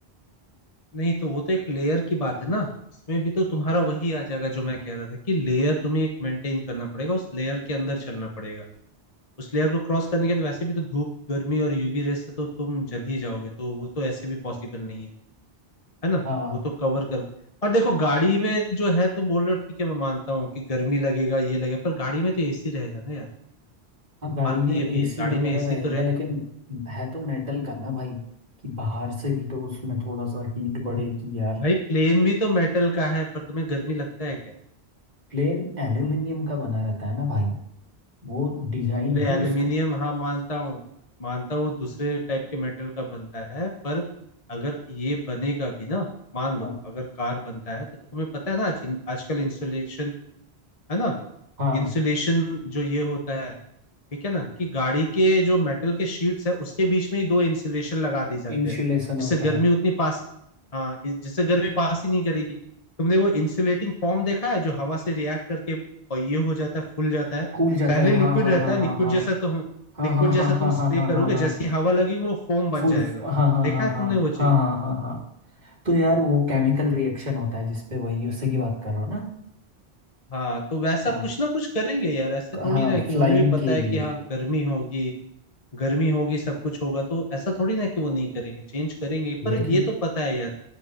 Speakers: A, on the left; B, on the right.
A: नहीं तो वो तो एक लेयर की बात है ना इसमें भी तो तुम्हारा वही आ जाएगा जो मैं कह रहा था कि लेयर तुम्हें एक मेंटेन करना पड़ेगा उस लेयर के अंदर चलना पड़ेगा उस लेयर को क्रॉस करने के बाद वैसे भी तो धूप गर्मी और यूवी रेस से तो तुम जल ही जाओगे तो वो तो ऐसे भी पॉसिबल नहीं है है ना
B: हाँ
A: वो तो कवर कर और देखो गाड़ी में जो है तुम बोल रहे हो ठीक है मैं मानता हूँ कि गर्मी लगेगा ये लगेगा पर गाड़ी में तो एसी रहेगा ना यार
B: हाँ गाड़ी
A: बात
B: में
A: तो ये
B: एसी
A: भी है गाड़ी
B: वगैरह
A: में एसी
B: रहेगा
A: तो रहे
B: लेकिन है तो मेटल का ना भाई कि बाहर से भी तो उसमें थोड़ा सा हीट बढ़े कि यार
A: भाई प्लेन भी तो मेटल का है पर तुम्हें गर्मी लगता है क्या
B: प्लेन एल्यूमिनियम का बना रहता है ना भाई वो डिजाइन
A: अरे
B: ही
A: एल्यूमिनियम
B: उसका
A: हाँ मानता हूँ मानता हूँ दूसरे टाइप के मेटल का बनता है पर अगर ये बनेगा भी ना मान लो
B: हाँ
A: अगर कार बनता है तो तुम्हें पता है ना आज आजकल इंसुलेशन है ना
B: हाँ
A: इंसुलेशन जो ये होता है ठीक है ना कि गाड़ी के जो मेटल के शीट्स है उसके बीच में ही दो इंसुलेशन लगा दिए जाते
B: इंसुलेशन
A: हैं जिससे
B: होता
A: गर्मी
B: है
A: उतनी पास हाँ इस- जिससे गर्मी पास ही नहीं करेगी तुमने वो इंसुलेटिंग फॉर्म देखा है जो हवा से रिएक्ट करके और ये हो जाता है फूल जाता है
B: फूल जाता
A: पहले
B: है
A: लिक्विड
B: हाँ हाँ
A: रहता
B: हाँ
A: है लिक्विड
B: हाँ हाँ
A: जैसा तो हम लिक्विड जैसा
B: हाँ हाँ
A: तुम
B: हाँ हाँ
A: स्प्रे
B: हाँ
A: करोगे
B: हाँ हाँ हाँ
A: जैसी हवा लगेगी वो फोम बन
B: फूल
A: जाएगा
B: हाँ हाँ
A: देखा
B: हाँ
A: है
B: हाँ
A: तुमने वो चीज
B: हाँ हाँ हाँ हाँ तो यार वो केमिकल रिएक्शन होता है जिसपे वही उसी की बात कर रहा हो ना
A: हाँ तो वैसा
B: हाँ
A: कुछ ना कुछ करेंगे यार ऐसे
B: क-
A: थोड़ी
B: हाँ
A: ना है कि
B: फ्लाइंग
A: उन्हें भी पता
B: के
A: है
B: लिए
A: कि हाँ गर्मी होगी गर्मी होगी सब कुछ होगा तो ऐसा थोड़ी ना कि वो नहीं करेंगे चेंज करेंगे
B: लेकिन
A: पर ये तो पता है यार